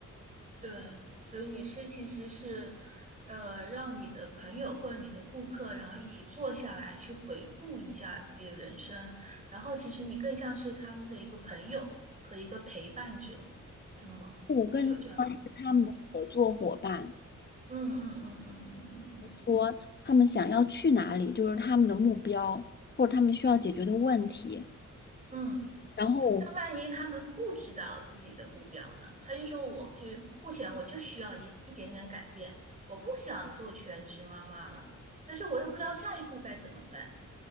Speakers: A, on the right; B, on the left.
A: 对，所以你是其实是，呃，让你的朋友或者你的顾客，然后一起坐下来去回顾一下自己的人生，然后其实你更像是他们的一个朋友和一个陪伴者，对吗？
B: 我更像是他们的合作伙伴，
A: 是有这样的，嗯嗯嗯嗯嗯嗯嗯嗯嗯。
B: 说他们想要去哪里，就是他们的目标或者他们需要解决的问题，
A: 嗯
B: 然后我。
A: 那万一他们不知道自己的目标呢？他就说，我就目前我就需要一一点点改变，我不想做全职妈妈了，但是我又不知道下一步该怎么办。